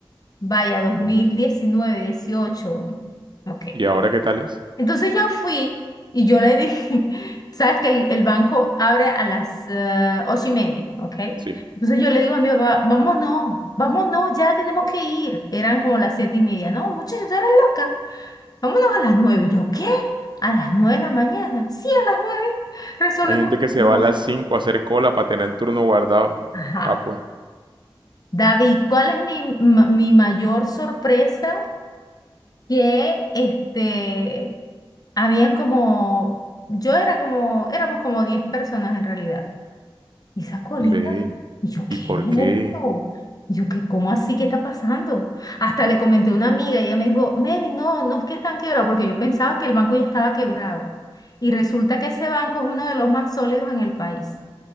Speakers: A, on the left; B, on the right.
A: vaya, dos
B: Dios
A: mil
B: mío.
A: diecinueve 18, ok.
B: ¿Y ahora qué tal es?
A: Entonces yo fui y yo le dije, <laughs> sabes que el, el banco abre a las eh, ocho y media, ¿ok?
B: Sí.
A: Entonces yo le digo a mi papá, vámonos, vámonos, ya tenemos que ir. Eran como las siete y media, ¿no? Muchachos, eres loca. Vámonos a las nueve. Y yo, ¿qué? ¿A las nueve de la mañana? Sí, a las nueve. Resolvemos.
B: Hay gente que se
A: No.
B: va a las 5 a hacer cola para tener el turno guardado.
A: Ajá.
B: Ah, pues.
A: David, ¿cuál es mi, ma- mi mayor sorpresa? que este, habían como, yo era como, éramos como 10 personas en realidad. Y esa colita,
B: Ve.
A: y yo, ¿qué
B: ¿Y por
A: es
B: qué?
A: esto? Y yo, ¿qué, cómo así qué está pasando? Hasta le comenté a una amiga y ella me dijo, Mary, no, no es que están quebrados, porque yo pensaba que el banco ya estaba quebrado. Y resulta que ese banco es uno de los más sólidos en el país.